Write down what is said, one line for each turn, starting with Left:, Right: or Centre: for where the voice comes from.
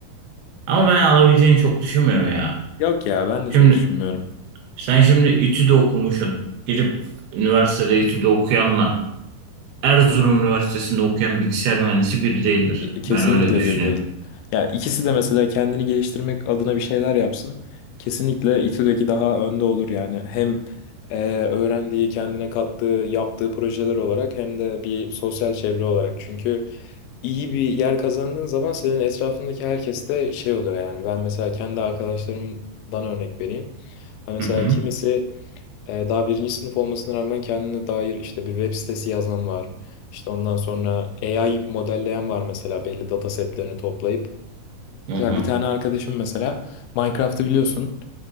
Right: Ama ben alabileceğini çok düşünmüyorum ya.
Left: Yok ya ben de
Right: Şimdi
Left: çok düşünmüyorum.
Right: sen şimdi İTÜ'de okumuşsun. Gidip üniversitede İTÜ'de okuyanla Erzurum Üniversitesi'nde okuyan bilgisayar mühendisi bir değildir.
Left: Ya, Kesinlikle
Right: Ben öyle düşünüyorum.
Left: bir değil. Ya ikisi de mesela kendini geliştirmek adına bir şeyler yapsın. Kesinlikle İTÜ'deki daha önde olur yani. Hem e, öğrendiği, kendine kattığı, yaptığı projeler olarak hem de bir sosyal çevre olarak. Çünkü iyi bir yer kazandığın zaman senin etrafındaki herkes de şey oluyor yani. Ben mesela kendi arkadaşlarımdan örnek vereyim. Ha mesela
Right: Hı hı.
Left: kimisi e, daha birinci sınıf olmasına rağmen kendine dair işte bir web sitesi yazan var. İşte ondan sonra AI modelleyen var mesela belli data setlerini toplayıp.
Right: Hı
Left: Mesela
Right: hı.
Left: bir tane arkadaşım mesela Minecraft'ı biliyorsun.